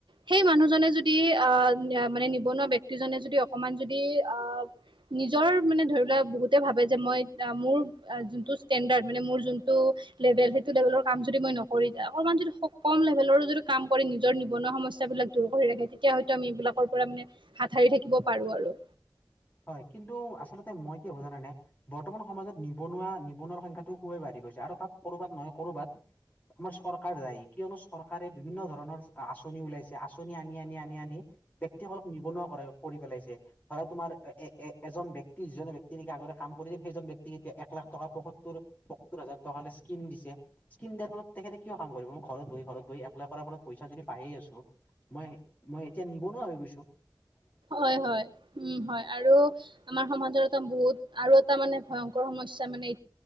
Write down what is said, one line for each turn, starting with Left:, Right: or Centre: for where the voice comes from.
Right: সেই মানুহজনে যদি আহ মানে নিবনুৱা ব্যক্তিজনে যদি অকমান যদি আহ নিজৰ মানে ধৰি লোৱা বহুতে ভাবে যে মই মোৰ যোনটো ষ্টেণ্ডাৰ্ড মানে মোৰ যোনটো লেভেল সেইটো লেভেলৰ কাম যদি মই নকৰি অকণমান যদি কম লেভেলৰো যদি কাম কৰি নিজৰ নিবনুৱা সমস্যা বিলাক দূৰ কৰি ৰাখে তেতিয়া হয়তো আমি এইবিলাকৰ পৰা মানে হাত সাৰি থাকিব পাৰো আৰু।
Left: হয় কিন্তু আচলতে মই কি ভাবো জানানে বৰ্তমান সমাজত নিবনুৱা নিবনুৱাৰ সংখ্যাটো খুবেই বাঢ়ি গৈছে আৰু তাত কৰ'বাত নহয় কৰ'বাত আমাৰ চৰকাৰ দায় কিয়নো চৰকাৰে বিভিন্ন ধৰণৰ আঁচনি ওলাইছে আঁচনি আনি আনি আনি আনি ব্যক্তিসকলক নিবনুৱা কৰা কৰি পেলাইছে ধৰা তোমাৰ এজন ব্যক্তি যিজন ব্যক্তি নেকি আগৰে কাম কৰিছিল সেইজন ব্যক্তিক এতিয়া এক লাখ টকা পসত্তুৰ পসত্তৰ হাজাৰ টকাৰ স্কীম দিছে। স্কীম দিয়াৰ ফলত তেখেতে কিয় কাম কৰিব মই ঘৰত বহি ঘৰত বহি এপ্লাই কৰাৰ ফলত পইচা যদি পাইয়েই আছোঁ। মই মই এতিয়া নিবনুৱা হৈ গৈছোঁ।
Right: হয় হয় উম হয় আৰু আমাৰ সমাজৰ এটা বহুত আৰু এটা মানে ভয়ংকৰ সমস্যা মানে